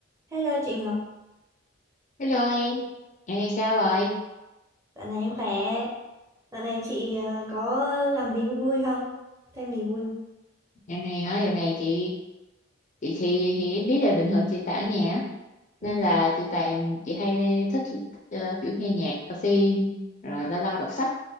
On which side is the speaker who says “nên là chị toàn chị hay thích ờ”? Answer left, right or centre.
Left